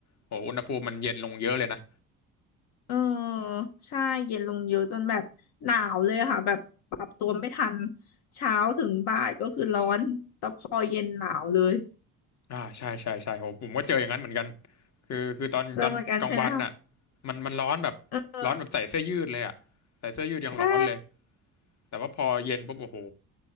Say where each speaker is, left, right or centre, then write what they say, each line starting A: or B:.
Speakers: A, on the left (about 45°); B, on the left (about 70°).
A: โหอุณหภูมิมันเย็นลงเยอะเลยนะ
B: เออใช่เย็นลงเยอะจนแบบหนาวเลยค่ะแบบปรับตัวไม่ทันเช้าถึงบ่ายก็คือร้อนแต่พอเย็นหนาวเลย
A: อ่าใช่ใช่ใช่โหผมก็เจออย่างนั้นเหมือนกันคือคือตอนตอนกลางวันน่ะ
B: เริ่มเหมือนกันใช่ไหมคะ
A: มันมันร้อนแบบ
B: เออ
A: ร้อนแบบใส่เสื้อยืดเลยอ่ะใส่เสื้อยืดยังร้อนเลย
B: ใช่
A: แต่ว่าพอเย็นปุ๊บโอ้โห